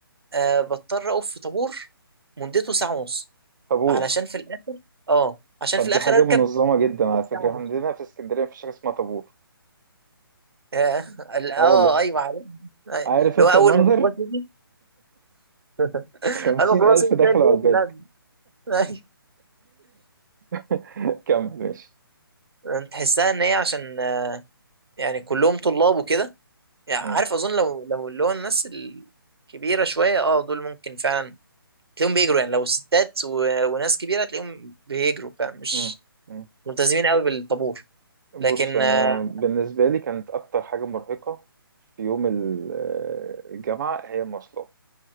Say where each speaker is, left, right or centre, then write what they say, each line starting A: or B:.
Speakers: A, on the right (about 80°); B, on the right (about 50°).
A: آه بضطر اقف في طابور مدته ساعة ونص
B: طابور
A: علشان في الاخر اه عشان
B: طب
A: في الاخر
B: دي حاجة
A: اركب
B: منظمة جدا على فكرة
A: ساعه ونص
B: احنا عندنا في اسكندرية مفيش حاجة اسمها طابور
A: اه ال- آه،
B: اه والله
A: ايوه عارف أيوة.
B: عارف
A: اللي
B: انت
A: هو اول
B: المنظر
A: ما الميكروباص يجي <laughs>
B: خمسين
A: اول ما الميكروباص
B: ألف
A: يجي
B: دخلوا
A: تلاقي الدنيا
B: على الباب
A: كلها <laughs> أيوة.
B: <laughs> كمل ماشي
A: يعني تحسها ان هي عشان آه، يعني كلهم طلاب وكده يعني
B: مم.
A: عارف اظن لو لو اللي هو الناس الكبيره شويه اه دول ممكن فعلا تلاقيهم بيجروا يعني لو ستات و... وناس كبيره تلاقيهم بيجروا فعلا مش
B: مم. مم.
A: ملتزمين قوي بالطابور
B: بص
A: لكن
B: أنا
A: آه،
B: بالنسبة لي كانت أكتر حاجة مرهقة في يوم ال- الجامعة هي المواصلات